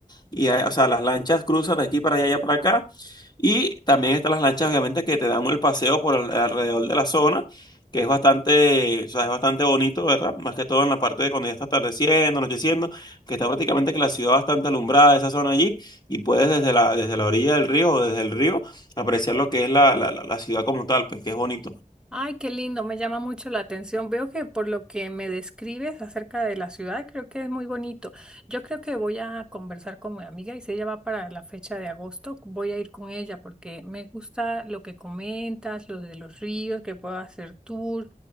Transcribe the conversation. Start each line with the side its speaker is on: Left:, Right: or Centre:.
Left: y, eh, o sea, las lanchas cruzan de aquí para allá, y allá para acá. Y también están las lanchas, obviamente, que te dan el paseo por al- alrededor de la zona que es bastante, o sea, es bastante bonito, ¿verdad? Más que todo en la parte de cuando ya está atardeciendo, anocheciendo, que está prácticamente que la ciudad bastante alumbrada, esa zona allí, y puedes desde la, desde la orilla del río o desde el río apreciar lo que es la, la, la la ciudad como tal, pues que es bonito.
Centre: Ay, qué lindo, me llama mucho la atención. Veo que por lo que me describes acerca de la ciudad, creo que es muy bonito. Yo creo que voy a conversar con mi amiga y si ella va para la fecha de agosto, voy a ir con ella porque me gusta lo que comentas, lo de los ríos, que puedo hacer tour,